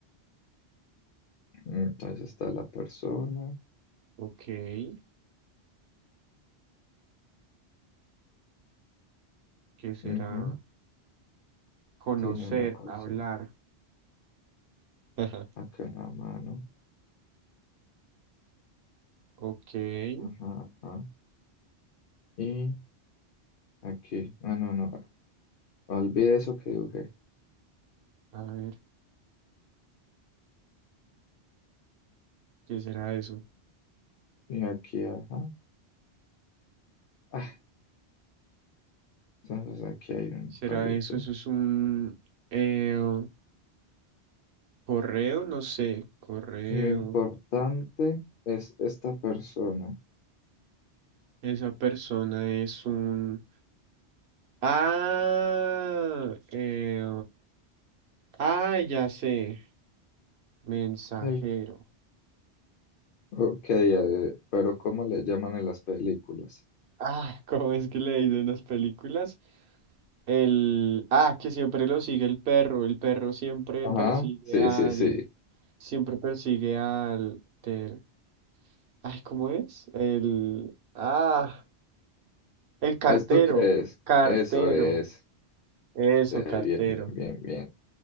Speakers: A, on the left; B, on the right.
A: Entonces está la persona.
B: Ok, ¿qué será?
A: ujú,
B: Conocer,
A: Tiene una cosa
B: hablar. <laughs>
A: acá en la mano.
B: Ok, eh,
A: Ajá, ajá. Y aquí. Ah, no, no. Olvide eso que dibujé.
B: a ver, ¿qué será eso?
A: Y aquí, ajá. Ah, entonces aquí hay un
B: ¿Qué será
A: palito.
B: eso? Eso es un eh, correo, no sé, correo.
A: Lo importante es esta persona.
B: Esa persona es un... Ah, eh, ah, ya sé, mensajero.
A: El Ok, eh, pero ¿cómo le llaman en las películas?
B: Ah, <laughs> ¿cómo es que le dicen las películas? El, ah, que siempre lo sigue el perro, el perro siempre
A: Ajá,
B: persigue
A: sí,
B: al,
A: sí, sí.
B: siempre persigue al, ter- ay, ¿cómo es? El, ah, el cartero,
A: ¿Esto qué es?
B: cartero,
A: Eso es.
B: eso,
A: Eh,
B: cartero.
A: bien, bien, bien, bien.